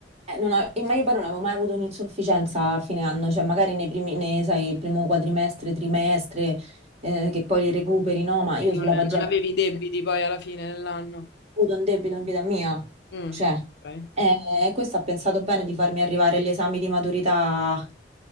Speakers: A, on the right (about 40°); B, on the left (about 65°).
A: Eh, non ho- eh, ma io poi non avevo mai avuto un'insufficienza a fine anno, cioè magari nei primi, nei, sai, primo quadrimestre, trimestre, eh, che poi le recuperi, no? Ma io
B: E
A: sulla
B: Non,
A: pagella
B: non avevi debiti poi alla fine dell'anno.
A: avuto un debito in vita mia.
B: Mm.
A: Cioè,
B: Ok.
A: eh, questo ha pensato bene di farmi arrivare agli esami di maturità